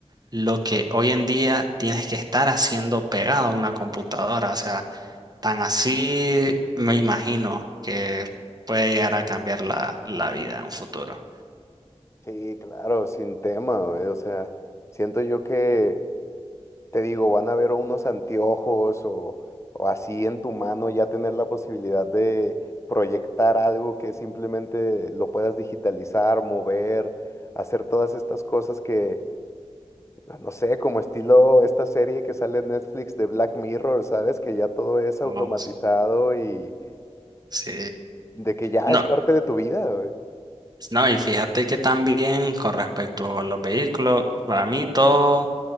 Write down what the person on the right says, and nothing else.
lo que hoy en día tienes que estar haciendo pegado a una computadora. O sea, tan así me imagino que puede llegar a cambiar la, la vida en un futuro.
Oh, sí.
Sí.
No,
No, y fíjate que también con respecto a los vehículos, para mí todo